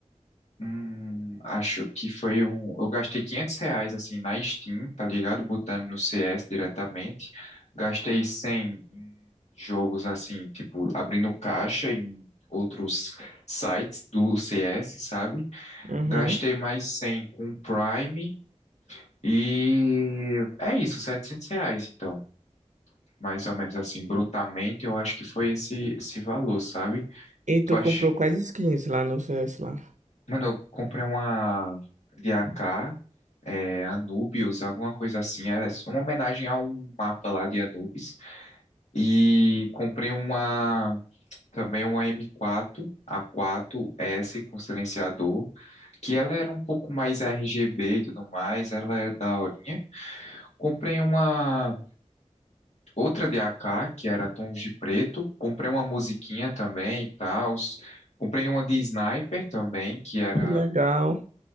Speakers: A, on the left; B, on the right.
A: Hum, acho que foi um... Eu gastei 500 reais, assim, na Steam, tá ligado? Botando no CS diretamente. Gastei 100 em jogos, assim, tipo, abrindo caixa em outros sites do CS, sabe?
B: Uhum.
A: Gastei mais 100 com Prime e é isso, 700 reais então. Mais ou menos assim, brutamente, eu acho que foi esse, esse valor, sabe?
B: E tu
A: Tu acha...
B: comprou quais skins lá no CS lá?
A: Mano, eu comprei uma de AK, é, Anubius, alguma coisa assim. É uma homenagem a um mapa lá de Anubis. E comprei uma também uma M4, A4S com silenciador, que ela era um pouco mais RGB e tudo mais, ela era da hora. Comprei uma outra de AK, que era Tons de Preto. Comprei uma musiquinha também e tal. Comprei uma de Sniper também, que era
B: Que legal,